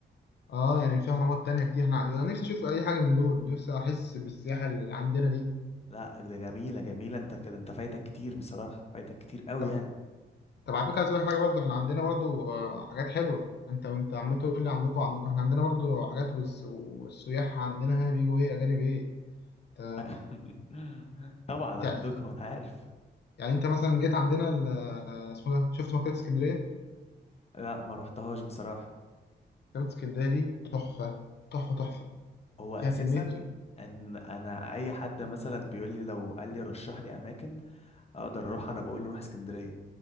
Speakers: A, on the left; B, on the left.
A: اه يعني في اهرامات تانية كتير احنا انا نفسي اشوف اي حاجه من دول نفسي احس بالسياحه اللي عندنا دي
B: لا ده جميلة جميلة انت كده انت فايتك كتير بصراحة فايتك كتير قوي
A: طب
B: يعني
A: طب على فكره عايز اقول لك حاجه برضه احنا عندنا برضه آه، حاجات حلوه انت انت عمال تقول لي عندكم عندكم احنا عندنا برضه حاجات والس- والسياح عندنا هنا بيجوا ايه اجانب ايه انت
B: <laughs> طبعا
A: انت-
B: عندكم انا عارف
A: يعني انت مثلا جيت عندنا ال- آه، اسمه ده شفت مكتبه اسكندريه
B: لا ما روحتهاش بصراحة
A: مكتبه اسكندريه دي تحفه تحفه تحفه
B: هو
A: فيها
B: اساسا
A: كمية
B: ان انا اي حد مثلا بيقول لي لو قال لي رشح لي اماكن اقدر اروح انا بقول له روح اسكندريه